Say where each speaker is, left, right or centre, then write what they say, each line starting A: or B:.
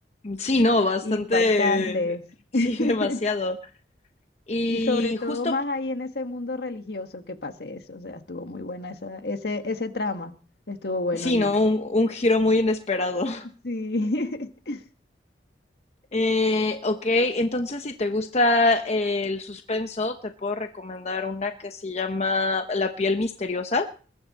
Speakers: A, on the left; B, on the left.
A: Sí, no, bastante,
B: Impactantes.
A: sí,
B: <laughs>
A: <laughs> demasiado. Y
B: Y sobre todo
A: justo,
B: más ahí en ese mundo religioso que pase eso. O sea, estuvo muy buena esa, ese, ese trama. Estuvo bueno
A: sí,
B: allí.
A: ¿no? Un, un giro muy inesperado. <laughs>
B: Sí. <laughs>
A: Eh, ok, entonces si te gusta el suspenso, te puedo recomendar una que se llama La piel misteriosa.